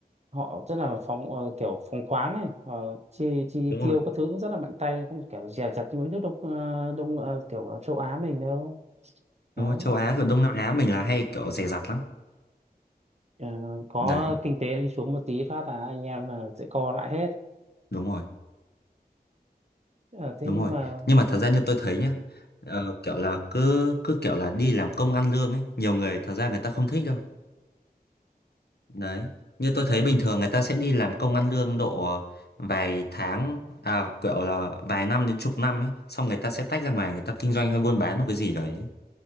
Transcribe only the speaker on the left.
đúng
rồi.
Đúng rồi, châu Á rồi Đông Nam Á mình là hay kiểu dè dặt lắm.
Đấy,
đúng rồi,
đúng
rồi.
Nhưng mà thật ra như tôi thấy nhá, ờ, kiểu là cứ cứ kiểu là đi làm công ăn lương ấy, nhiều người thật ra người ta không thích đâu. Đấy, như tôi thấy bình thường người ta sẽ đi làm công ăn lương độ vài tháng, à kiểu là vài năm đến chục năm ấy, xong người ta sẽ tách ra ngoài người ta kinh doanh hay buôn bán một cái gì đấy.